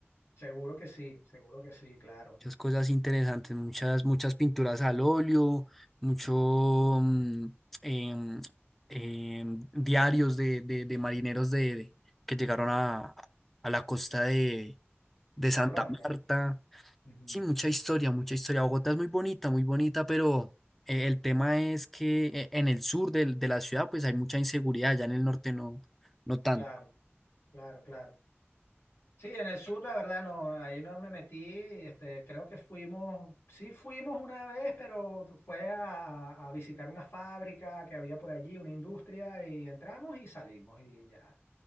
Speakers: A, on the left; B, in the centre.
A: Seguro que sí, seguro que sí, claro.
B: muchas cosas interesantes, muchas, muchas pinturas al óleo, mucho mm, em, em, diarios de, de- de marineros de, de- que llegaron a, a la costa de, de Santa
A: De Colombia.
B: Marta.
A: Ujú.
B: Sí, mucha historia, mucha historia. Bogotá es muy bonita, muy bonita, pero eh, el tema es que eh, en el sur del- de, la ciudad pues hay mucha inseguridad, ya en el norte no, no tanto.
A: Claro, claro, claro. Sí, en el sur la verdad no, ahí no me metí, este, creo que fuimos, sí fuimos una vez, pero fue a, a- a visitar una fábrica que había por allí, una industria, y entramos y salimos y ya,